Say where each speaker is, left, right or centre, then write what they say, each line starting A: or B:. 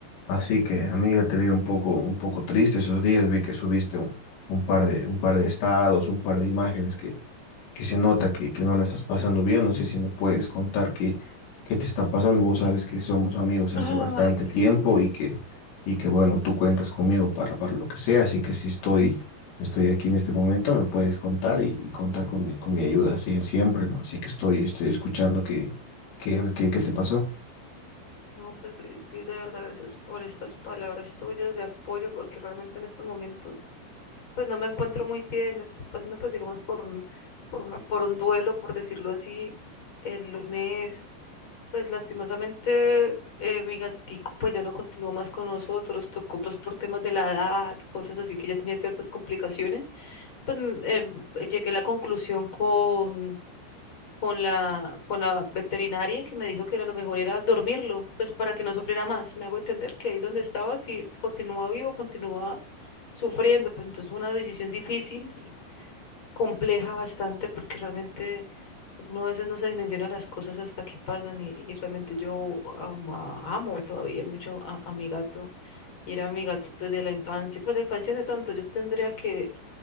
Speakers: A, on the left (about 70°); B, on the left (about 25°).
A: Así que, amiga, te vi un poco, un poco triste esos días. Vi que subiste un, un par de, un par de estados, un par de imágenes que, que se nota que, que no la estás pasando bien. No sé si me puedes contar qué, qué te está pasando. Vos sabes que somos amigos
B: Ay,
A: hace bastante tiempo
B: Cris.
A: y que, y que bueno, tú cuentas conmigo para, para lo que sea. Así que si estoy, estoy aquí en este momento, me puedes contar y, y contar con mi, con mi ayuda, sí, siempre, ¿no? Así que estoy, estoy escuchando qué qué qué qué te pasó.
B: No, pues, Cris, Cris, de verdad, gracias por estas palabras tuyas de apoyo, porque realmente en estos momentos, pues no me encuentro muy bien. yo Estoy pasando, pues, digamos, por un, por una, por un duelo, por decirlo así. El lunes, pues, lastimosamente, eh, mi gatico, pues, ya no continuó más con nosotros. Tocó, pues, por temas de la edad, cosas así que ya tenía ciertas complicaciones. Pues, mm, em, llegué a la conclusión con con la, con la veterinaria que me dijo que era lo mejor era dormirlo, pues para que no sufriera más. Me hago entender que ahí donde estaba, si continuaba vivo, continuaba sufriendo. Pues entonces fue una decisión difícil, compleja bastante, porque realmente uno a veces no se dimensiona las cosas hasta que pasan y, y realmente yo am- amo todavía mucho a, a mi gato. Y era mi gato pues de la infancia, pues de la infancia no tanto, yo tendría que